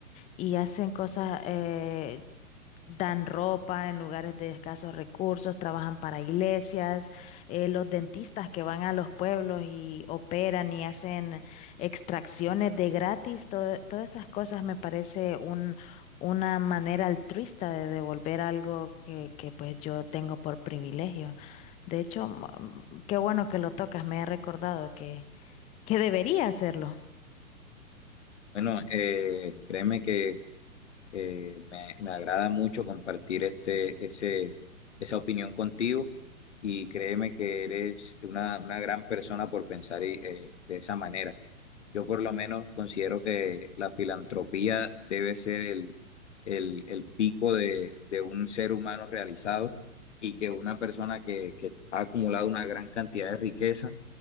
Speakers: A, on the left; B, on the left.
A: y hacen cosas, eh, dan ropa en lugares de escasos recursos, trabajan para iglesias, eh, los dentistas que van a los pueblos y operan y hacen extracciones de gratis, todo- todas esas cosas me parece un, una manera altruista de devolver algo que, que pues yo tengo por privilegio. De hecho, mm, qué bueno que lo tocas, me ha recordado que, que debería hacerlo.
B: Bueno, eh, créeme que Eh, me, me agrada mucho compartir este, ese, esa opinión contigo y créeme que eres una, una gran persona por pensar y, eh, de esa manera. Yo por lo menos considero que la filantropía debe ser el, el, el pico de, de un ser humano realizado y que una persona que, que ha acumulado una gran cantidad de riqueza,